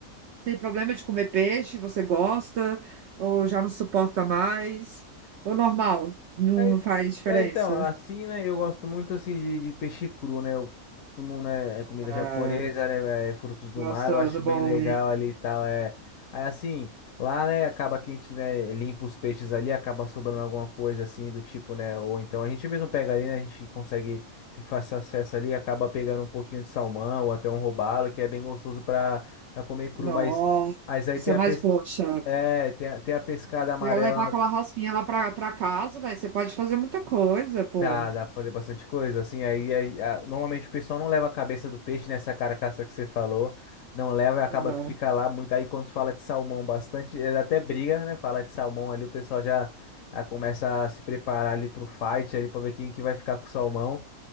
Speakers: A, on the right; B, on the left.
A: Tem problema de comer peixe? Você gosta? Ou já não suporta mais? Ou normal? Não,
B: É,
A: não faz diferença.
B: é, então, assim, né, eu gosto muito, assim, de, de peixe cru, né, eu costumo, né, é comida
A: Ah,
B: japonesa, né, é, frutos do
A: gostoso,
B: mar, eu acho bem
A: bom,
B: legal
A: hein?
B: ali e tal, é, aí, assim, lá, né, acaba que a gente, né, limpa os peixes ali, acaba sobrando alguma coisa, assim, do tipo, né, ou então a gente mesmo pega ali, né, a gente consegue, tem fácil acesso ali, acaba pegando um pouquinho de salmão, ou até um robalo, que é bem gostoso pra, pra comer cru,
A: Nossa,
B: mas, mas aí tem a
A: mas
B: pes-
A: poxa,
B: É, tem a, tem a pescada amarela
A: quer levar aquela raspinha lá pra, pra casa, velho, você pode fazer muita coisa, pô.
B: Dá, dá pra fazer bastante coisa, assim, aí, aí, a- normalmente o pessoal não leva a cabeça do peixe nessa carcaça que você falou, não leva e acaba
A: Aham.
B: que fica lá muito, aí quando se fala de salmão bastante, é, até briga, né, falar de salmão ali, o pessoal já, já começa a se preparar ali pro fight, ali pra ver quem que vai ficar com o salmão,